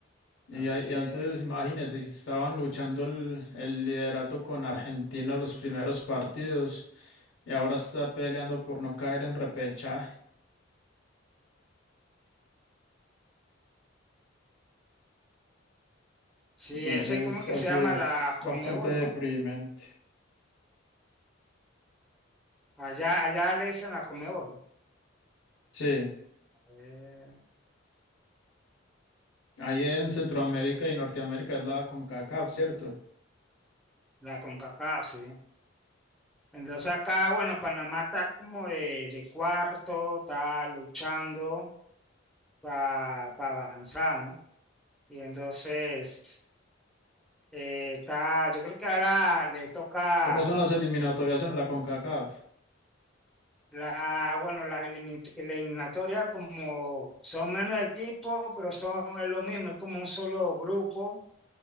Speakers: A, on the left; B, in the centre.
A: Y,
B: A
A: a- y
B: ver.
A: antes, imagínense, estaban luchando el, el liderato con Argentina los primeros partidos y ahora está peleando por no caer en repechaje.
B: Sí,
A: Entonces,
B: ese como que
A: así
B: se llama
A: es
B: la Conmebol,
A: bastante deprimente.
B: ¿no? Allá, allá le dicen la Conmebol.
A: Sí,
B: A ver,
A: ahí en Centroamérica y Norteamérica es la CONCACAF, ¿cierto?
B: la CONCACAF, sí. Entonces acá, bueno, Panamá está como de, de cuarto, está luchando para avanzar, ¿no? Y entonces... Eh, está, yo creo que ahora le toca
A: ¿Cómo son las eliminatorias en la CONCACAF?
B: la, bueno, las elimi- eliminatorias como son menos equipos, pero son es lo mismo, es como un solo grupo